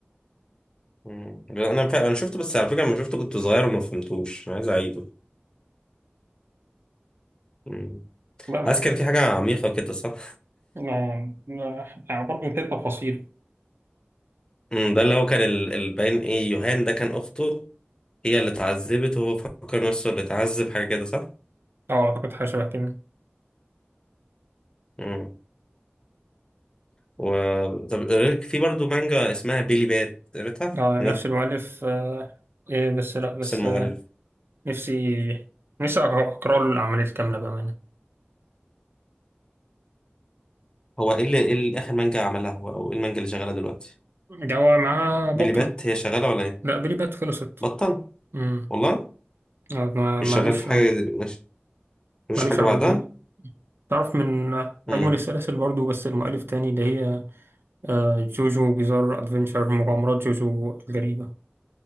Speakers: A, on the left; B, on the right.
A: مم. لا، انا فا... انا شفته بس على فكره لما شفته كنت صغير وما فهمتوش انا عايز اعيده مم.
B: لا
A: حاسس كان في حاجه عميقه كده صح
B: لا لا برضه في تفاصيل
A: <laughs> مم. ده اللي هو كان ال- الباين ايه يوهان ده كان اخته هي اللي اتعذبت وهو فكر نفسه اللي اتعذب حاجه كده صح
B: اه اعتقد حاجة شبه كده
A: مم. و طب قريت- في برضه مانجا اسمها بيلي بات قريتها
B: اه
A: من
B: نفس المؤلف آه إيه بس لا بس
A: نفس المؤلف
B: آه نفسي نفسي أقرأ أقرأ له الأعمال الكاملة بأمانة
A: هو ايه اللي ايه اللي اخر مانجا عملها هو او ايه المانجا اللي شغاله دلوقتي
B: جوا معاه بطل
A: بيلي بات هي شغاله ولا ايه
B: لا بلي بات خلصت
A: بطل
B: امم
A: والله
B: آه، ما-
A: مش
B: مالوش
A: شغال في حاجة دي- مش مش
B: مالوش
A: حاجة
B: عمل
A: بعدها
B: جديد تعرف من آه،
A: مم.
B: أجمل السلاسل برضو بس المؤلف تاني اللي هي آه جوجو بيزار أدفنشر مغامرات جوجو الغريبة